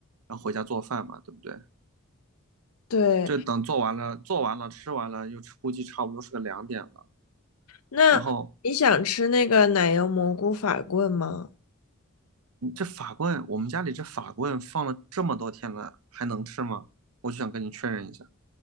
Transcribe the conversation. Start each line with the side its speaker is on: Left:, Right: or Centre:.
Right: 然后回家做饭嘛，对不对？
Left: 对。
Right: 这等做完了，做完了，吃完了，又估计差不多是个两点了。
Left: 那你想吃那个奶油蘑菇法棍吗？
Right: 然后这法棍，我们家里这法棍放了这么多天了，还能吃吗？我就想跟你确认一下。